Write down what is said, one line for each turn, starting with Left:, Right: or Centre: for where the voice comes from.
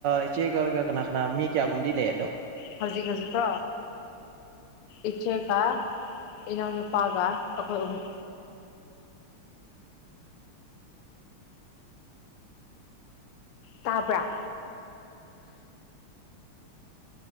Right: ꯏꯆꯦꯒ ꯀꯅꯥ ꯀꯅꯥ ꯃꯤ ꯀꯌꯥꯒꯨꯝꯕꯗꯤ ꯂꯩ ꯑꯗꯣ
Left: ꯍꯧꯖꯤꯛ ꯍꯧꯖꯤꯛꯔꯣ ꯏꯆꯦꯒ ꯏꯅꯥꯎꯅꯨꯄꯥꯒ ꯑꯩꯈꯣꯏ ꯑꯍꯨꯝ ꯇꯥꯕ꯭ꯔꯥ